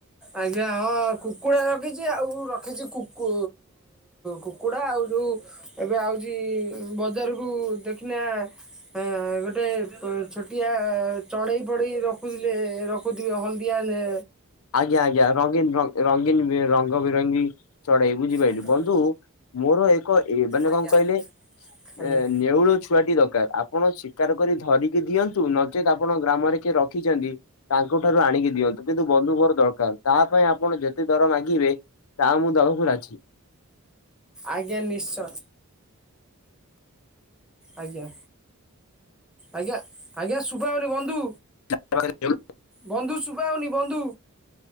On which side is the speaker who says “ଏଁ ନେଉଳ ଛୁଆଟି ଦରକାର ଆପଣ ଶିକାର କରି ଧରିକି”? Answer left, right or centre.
Left